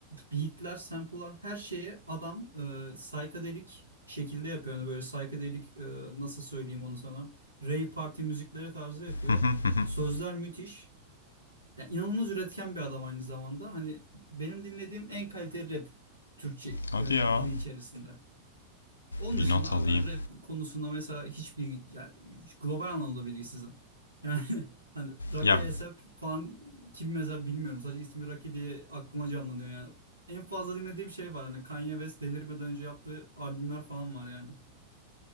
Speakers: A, on the right (about 85°); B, on the left (about 75°).
A: beatler, sample'lar her şeyi adam e, psychedelic şekilde yapıyor. Yani böyle psychedelic e, nasıl söyleyeyim onu sana. Rave party müzikleri tarzı yapıyor.
B: <laughs>
A: Sözler müthiş. Yani inanılmaz üretken bir adam aynı zamanda. Hani benim dinlediğim en kaliteli rap Türkçe
B: Hadi
A: e, dili
B: ya.
A: içerisinde. Onun
B: Bir
A: dışında
B: not alayım.
A: abi ben rap konusunda mesela hiçbir yani global anlamda bilgisizim. Yani <laughs> hani Raki
B: Ya
A: Esep falan kim mesela bilmiyorum. Sadece ismi Raki diye aklıma canlanıyor yani. En fazla dinlediğim şey var hani Kanye West delirmeden önce yaptığı albümler falan var yani.